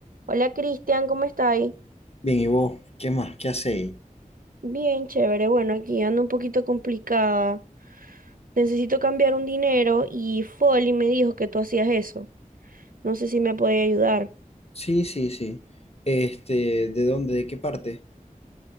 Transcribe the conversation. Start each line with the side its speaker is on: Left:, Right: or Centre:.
Right: Hola Cristian, ¿cómo estáis?
Left: Bien, ¿y vos? ¿Qué más? ¿Qué hacéis?
Right: Bien, chévere. Bueno, aquí ando un poquito complicada. Necesito cambiar un dinero y Folly me dijo que tú hacías eso. No sé si me puedes ayudar.
Left: Sí, sí, sí. Este, ¿de dónde? ¿De qué parte?